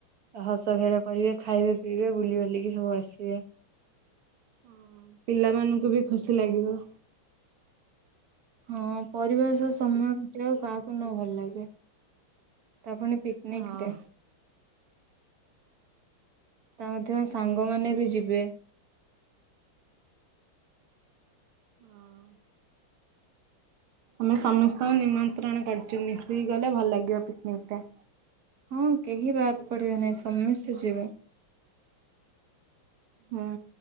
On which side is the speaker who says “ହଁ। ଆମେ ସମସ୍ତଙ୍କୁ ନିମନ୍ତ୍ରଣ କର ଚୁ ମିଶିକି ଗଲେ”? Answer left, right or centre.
Right